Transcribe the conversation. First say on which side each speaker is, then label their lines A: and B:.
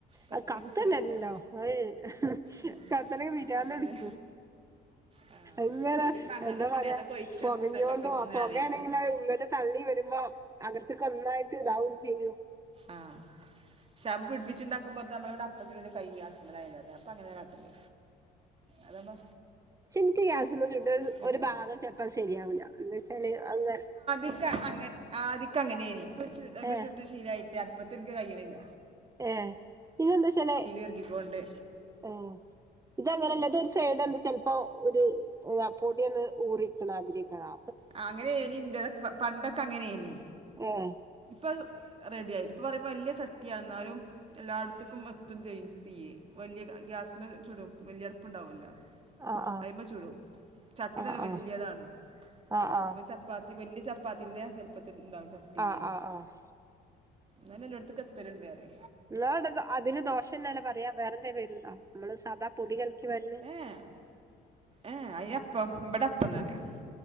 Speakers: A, on the right; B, on the right.
A: കത്തി
B: അത് കത്തന്നെല്ലോ
A: കിട്ടൂലല്ലോ
B: അഹ്
A: ഉം
B: കത്തണെങ്കി പിരാദ്ധ്
A: അതന്നെ
B: പിടിക്കും.
A: ആ
B: എങ്ങനെ
A: അല്ലെങ്കി പിന്നെ മണ്ണെണ്ണൊക്കെ
B: എന്താ പറയാ
A: ഉണ്ടെങ്കി അതൊക്കെ ഒഴിച്ചെടുത്തേക്കാം
B: പൊകഞ്ഞോണ്ടോ
A: അപ്പം
B: പോകേണങ്കിലോ
A: ഞാന്
B: ഉള്ള്ക്ക് തള്ളി വരുമ്പോ അകത്ത്ക്കൊന്നായിട്ട് ഇതാവും ചെയ്യും.
A: ആഹ് ശ്ശെ പിട്പ്പിച്ചിണ്ടാക്കുമ്പോത്ത് നമ്മളവ്ടെ അപ്പം ചുടല് കയ്യും ഗ്യാസ്മ്മലായാല് ഞാപ്പോ അങ്ങനെ കാട്ടല്. അതാമ്പോ
B: ശ്ശെ ഇൻക് ഗ്യാസ്മ്മെ ചുട്ട ഒര്
A: ഗതിയാണ്
B: ഒര് ഭാഗം ചെൽപ്പൊ ശെരിയാവുല. എന്തോയ്ച്ചാല് അയ് ങ്ങ
A: ഇൻക് അങ്ങൻ ആദ്യൊക്കെ അങ്ങനേനി. ഇപ്പൊ ഇച്ച് അയ്മെ
B: ഏഹ്
A: ചുട്ട് ശീലായിട്ട് അട്പ്പത്തിൻക്ക് കയ്യ്ണില്ല.
B: ഏഹ് പിന്നെന്തോയ്ച്ചാല്
A: ഇറക്കിക്കൊണ്ട്
B: ഏ ഇതങ്ങനല്ല ഇത് ഒരു സൈഡ് എന്ത ചെൽപ്പോ ഒരു ആ പൊടി ഒന്ന് ഊറിക്ക്ണാതിര്യക്കെക്കാ
A: ആ അങ്ങനേനി ഇന്റതൊക്കെ പണ്ടൊക്കെ അങ്ങനേനി.
B: ഏഹ്
A: ഇപ്പ റെഡിയായി. ഇപ്പ പറയുമ്പോ വല്ല്യേ ചട്ടിയാണ്. ന്നാലും എല്ലാട്ത്ത്ക്കും എത്തും ചെയ്യും തീയ്യ് വല്ല്യ ഗ്യാ സ്മ്മ ചുടും വെല്ല്യേ അട്പ്പുണ്ടാവൊല്ലോ.
B: ആഹ്
A: അയിമ്മെ ചുടും. ചട്ടീം
B: ആഹ്
A: തന്നെ
B: ആഹ്
A: വല്യേതാണ്.
B: ആഹ് ആഹ്
A: നമ്മള് ചപ്പാ വല്ല്യ ചപ്പാത്തിന്റെ വൽപ്പത്തിണ്ടാക്ക ചട്ടീ
B: ആഹ് ആഹ് ആഹ് ആഹ്
A: ഞാന് എല്ലോട്ത്ത്ക്കും എത്തല്ണ്ടറിയ
B: <unintelligible> അതിന് ദോശ എന്നന്നെല്ല പറയാ വേറെ എന്തേം പേര്ണ്ടോ മ്മള് സാദാ പുളികൽ <inaudible>
A: ഏഹ് ഏ അപ്പം ബടെ അപ്പന്നറിയാ